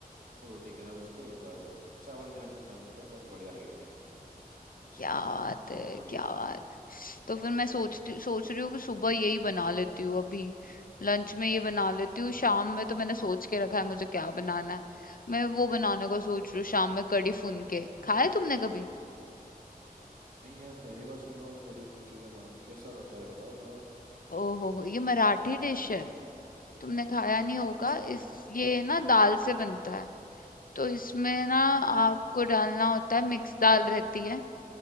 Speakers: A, on the right (about 60°); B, on the left (about 65°).
A: रोटी के साथ उसको एंजॉय करो चावल के साथ भी खा सकते हो बट बढ़िया लगेंगे
B: क्या बात
A: बहुत
B: है,
A: बढ़िया
B: क्या बात। तो फिर मैं सोचती सोच रही हूँ कि सुबह यही बना लेती हूँ अभी। लंच में ये बना लेती हूँ, शाम में तो मैंने सोच के रखा है मुझे क्या बनाना है। मैं वो बनाने का सोच रही हूँ शाम में कढ़ी फुनके। खाया तुमने कभी?
A: नहीं यार पहली बार सुन रहा हूँ ये कड़ी फुल्की का नाम कैसा होता है ये बताओ जरा
B: ओहो हो, ये मराठी डिश है। तुमने खाया नहीं होगा।
A: अच्छा
B: इस ये ना दाल से बनता है। तो इसमें ना
A: हाँ
B: आपको डालना होता है मिक्स दाल रहती है।